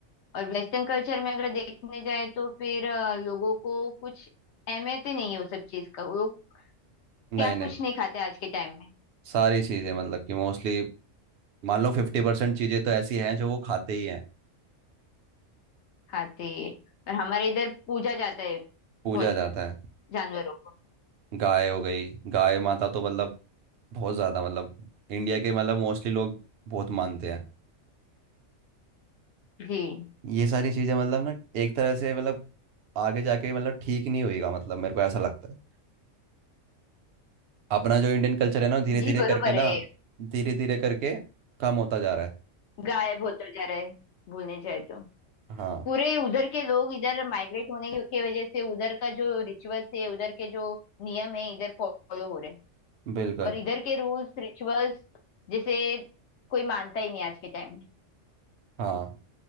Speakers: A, on the left (about 65°); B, on the right (about 60°).
A: और वेस्टर्न कल्चर में अगर देखने जाए तो फिर अ, लोगों को कुछ अहमियत ही नहीं है उस सब चीज का वो लोग क्या
B: नहीं नहीं
A: कुछ नहीं खाते आज के टाइम में
B: सारी चीज़ें मतलब कि मोस्टली मान लो फिफ्टी परसेंट चीज़ें तो ऐसी हैं जो वो खाते ही हैं
A: खाते और हमारे इधर पूजा जाता है
B: पूजा
A: बहुत
B: जाता है
A: जानवरों को
B: गाय हो गई गाय माता तो मतलब बहुत ज़्यादा मतलब इंडिया के मतलब मोस्टली लोग बहुत मानते हैं
A: जी
B: ये सारी चीज़ें मतलब ना एक तरह से मतलब आगे जाके मतलब ठीक नहीं होएगा मतलब मेरे को ऐसा लगता है अपना जो इंडियन कल्चर है ना धीरे
A: जी
B: धीरे
A: बरोबर
B: करके ना
A: है
B: धीरे धीरे करके कम होता जा रहा है
A: गायब बहुत हो जा रहा है बोलने जाए तो
B: हाँ
A: पूरे उधर के लोग इधर माइग्रेट होने के वजह से उधर का जो रिचुअल्स है उधर के जो नियम है इधर फॉलो हो रहे हैं
B: बिल्कुल
A: और इधर के रूल्स रिचुअल्स जैसे कोई मानता ही नहीं आज के टाइम में
B: हाँ